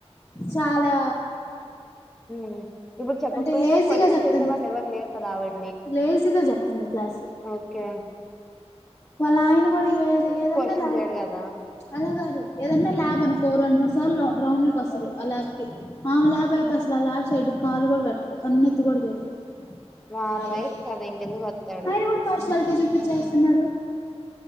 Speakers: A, on the left; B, in the centre.
A: చాలా
B: ఉ ఇప్పుడు చెప్పకపోయినా
A: అంటే లేజీగా
B: క్వశ్చను
A: చెప్తుంది
B: చేసే వాళ్ళు ఎవరు లేరు కదా అవ్వడి
A: లేజీగా చెప్తుంది క్లాసు
B: ఓకే
A: వాళ్ళ ఆయన కూడా ఏ ఏదన్నా
B: క్వశ్చన్
A: లా
B: చేయడు కదా
A: అలా కాదు ఏదన్నా లాబ్ అనుకో ఒక రెండు మూడు సార్లు రౌండ్లకి వస్తారు ఆ ల్యాబ్కి ఆమే ల్యాబ్ అయితే అసలు ఆ ల్యాబ్ సైడ్కి కాలు కూడా పెట్టడు కన్నెత్తు కూడా చూడడు
B: వాళ్ళ
A: ఆయన వైఫ్ కదా
B: ఇంకెందుకు వత్తాడు
A: ఆయన కూడా పార్షియాలిటీ చూపించేస్తున్నాడు